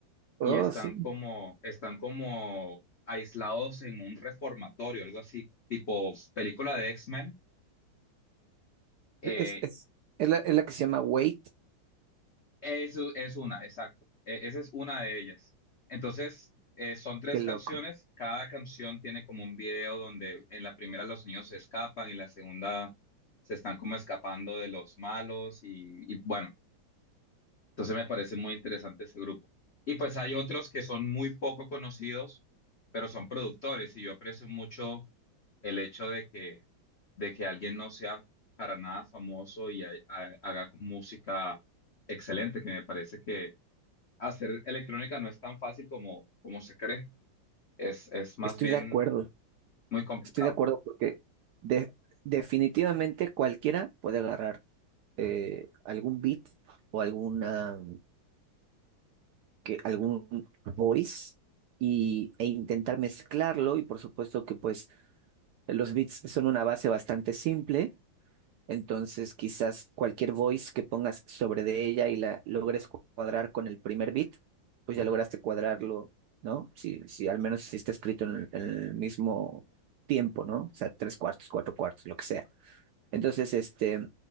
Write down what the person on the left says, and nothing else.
y están
como, están como aislados en un reformatorio, algo así, tipo película de X-Men. Eh,
eso es una, exacto. E- esa es una de ellas. Entonces, eh, son tres
canciones. Cada canción tiene como un video donde en la primera los niños se escapan y en la segunda se están como escapando de los malos y y bueno. Entonces me parece muy interesante ese grupo. Y pues hay otros que son muy poco conocidos, pero son productores y yo aprecio mucho el hecho de que, de que alguien no sea para nada famoso y ha- ha- haga música excelente, que me parece que hacer electrónica no es tan fácil como, como se cree, es, es más
bien
muy complicado.